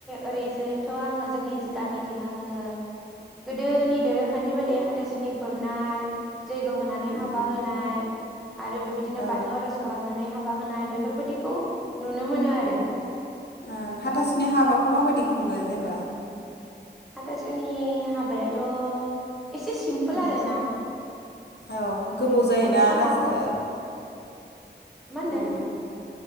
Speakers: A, in the centre; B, on the left.
A: ओरैजायथ' आङो जोंनि गामिथिं आङो गोदोनि दोरोंखान्थि बाददि हाथासुनि खुरनाय जैग्य होनानै
B: उम
A: हाबा होनाय। आरो बेबायदिनो
B: औ
A: बाथौ आर'ज खालामनानै हाब हाबा होनाय बेफोरबायदिखौ नुनो मोन आरो।
B: ओं हाथासुनि हाबाखौ माबायदि खुङो जेनेबा?
A: हाथासुनि हाबायाथ' एसे सिमपोल
B: उम
A: आरोना
B: औ गोबाव
A: बेफोरखौ
B: जायोना
A: सानावबो
B: लास ओ
A: मा होनदों
B: ओ